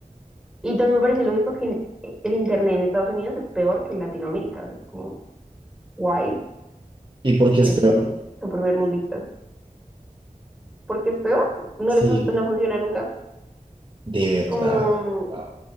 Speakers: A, in the centre; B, on the right.
A: Y también me parece ilógico que en- e, el internet en Estados Unidos es peor que en Latinoamérica, o sea, es como, guay,
B: ¿Y por qué es
A: es
B: peor?
A: su primer mundista. ¿Por qué es peor? No
B: Sí.
A: les fun- no funciona nunca.
B: ¿De verdad?
A: Como,
B: Wow.